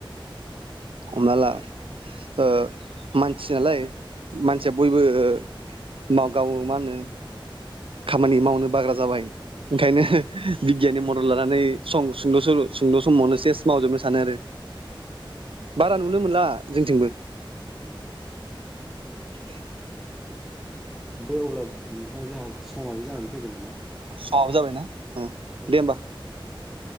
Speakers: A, on the right (about 80°); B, in the centre.
A: हमना ला
B: औ
A: ओ मानसि। थियो नालाय मानसिया बयबो ओ मा गावो मा होनो। खामानि मावनो बाग्रा जाबाय ओंखायनो बिगियाननि मदद लानानै स सुंद'सल सुंद' समावनो सेस मावजोबनो सानो आरो। बारा नुनो मोनला। जोंथिंबो।
B: औ।
A: <inaudible>
B: दे अब्ला नों। नोंथां जोंहा समाबो जानानै। फैबाय नामा।
A: हाव जाबायना। अ
B: औ।
A: दे होमबा
B: औ।